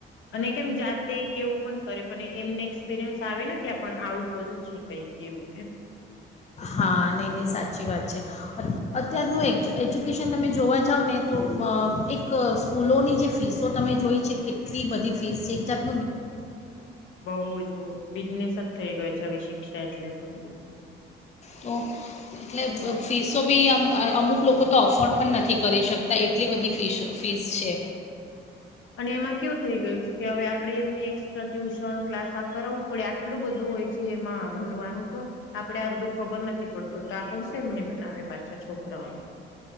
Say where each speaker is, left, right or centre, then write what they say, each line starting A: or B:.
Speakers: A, on the left (about 75°); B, on the left (about 35°).
A: અને કેમ જાતે કે એવું પણ કરે પણ એમને એક્સપિરિયન્સ આવે ને કે આવું કર્યું છે કઈક. કેવું એ
B: હા નહીં નહીં સાચી વાત છે અત્યારનું એજ એજ્યુકેશન તમે જોવા જાવ ને તો એક સ્કૂલોની જે ફીસો તમે જોઈ છે કેટલી બધી ફીસ છે એક જાત
A: બઉ જ બિઝનેસ જ થઈ ગયો છે હવે શિક્ષા એટલે તો બધું.
B: તો એટલે ફીસો બી આમ અમુક લોકો તો અફોર્ડ પણ નથી કરી શકતા એટલી બધી ફીસ ફીસ છે.
A: અને એમાં કેવું થઇ ગયું છે કે હવે આપડે એમની એકસ્ટ્રા ટ્યુશન ક્લાસ આ કર એટલું બધું હોય છે એમાં તો આપડે અર્ધું ખબર નથી પડતું તો પણ શ એમને બનાવે પાછા છોકરાઓને.